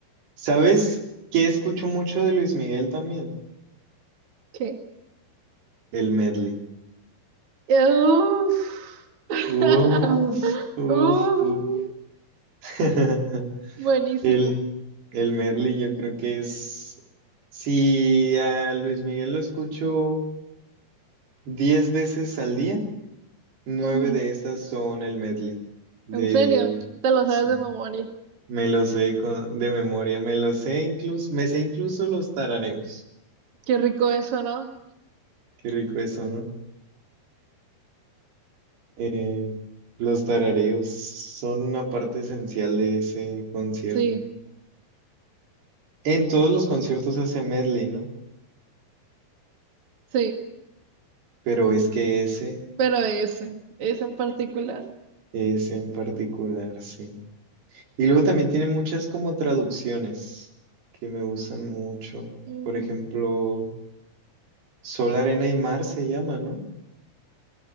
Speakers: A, on the right; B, on the right.
A: ¿Sabes qué escucho mucho de Luis Miguel también?
B: ¿qué?
A: El medley.
B: Uf. <laughs>
A: Uf, uf,
B: Uf.
A: uf. <laughs>
B: Buenísimo.
A: El, el medley yo creo que es... Si a Luis Miguel lo escucho 10 veces al día. Nueve
B: Ujú.
A: de esas son el medley de,
B: En serio, te lo sabes
A: sí,
B: de memoria.
A: me lo sé con- de memoria, me lo sé incluso, me sé incluso los tarareos.
B: Qué rico eso, ¿no?
A: Qué rico eso, ¿no? Eh, los tarareos son una parte esencial de ese concierto.
B: Sí,
A: En todos los conciertos hace medley, ¿no?
B: sí,
A: Pero es que ese,
B: pero ese, ese en particular.
A: ese en particular, sí. Y luego también tiene muchas como traducciones que me gustan mucho.
B: Mm,
A: Por ejemplo, Sol, Arena y Mar se llama, ¿no?